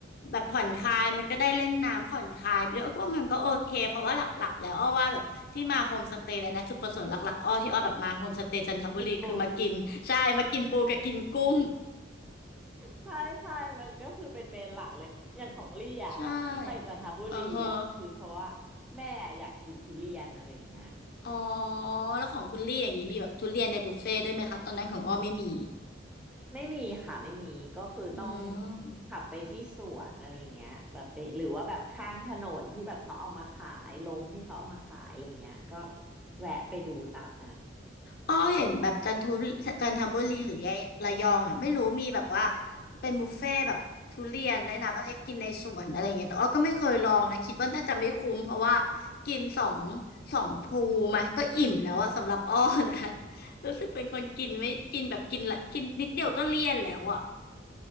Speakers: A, on the left; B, in the centre.
A: แบบผ่อนคลายมันก็ได้เล่นน้ำผ่อนคลายไปด้วยอ้อก็ว่ามันก็โอเคเพราะว่าหลักๆแล้วอ้อว่าแบบที่มาโฮมสเตย์เลยนะจุดประสงค์หลักๆอ้อที่อ้อแบบมาโฮมสเตย์จันทบุรีคือมากินใช่มากินปูกับกินกุ้ง
B: กินปู ใช่ใช่มันก็คือเป็นเมนหลักเลย อย่างของลี่อ่ะแบบที่ไปจันทบุรีอ่ะคือเพราะว่า
A: ใช่เออเฮอ
B: แม่อยากกินทุเรียนอะไรอย่างเงี้ย
A: อ๋อแล้วของคุณลี่อย่างนี้มีแบบทุเรียนในบุฟเฟ่ต์ด้วยไหมคะตอนนั้นของอ้อไม่มี
B: ไม่มีค่ะไม่มีก็คือต้อง
A: อืม
B: ขับไปที่สวนอะไรอย่างเงี้ยแบบไปหรือว่าแบบข้างถนนที่แบบเขาเอามาขายลงที่เขาเอามาขายอะไรอย่างเงี้ยก็แวะไปดูตามนั้น
A: อ้อเห็นแบบจันทุจันทบุรีหรือยะระยองอะไม่รู้มีแบบว่าเป็นบุฟเฟ่ต์แบบทุเรียนได้วยนะแบบให้กินในสวนอะไรอย่างเงี้ยแต่อ้อก็ไม่เคยลองนะคิดว่าน่าจะไม่คุ้มเพราะว่ากินสองสองภูมาก็อิ่มแล้วอะสำหรับอ้อนะ <laughs> รู้สึกเป็นคนกินไม่กินแบบกินละกินนิดเดียวก็เลี่ยนแล้วอะ